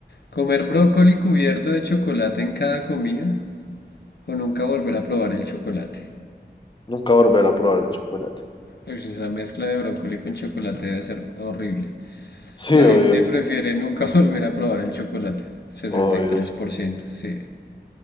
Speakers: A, on the left; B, on the left.
A: ¿Comer brócoli cubierto de chocolate en cada comida? ¿O nunca volver a probar el chocolate?
B: Nunca volver a probar el chocolate.
A: Ush, esa mezcla de brócoli con chocolate debe ser horrible.
B: Sí,
A: La
B: obvio.
A: gente prefiere nunca <laughs> volver a probar el chocolate. sesenta
B: Obvio.
A: y tres por ciento. sí.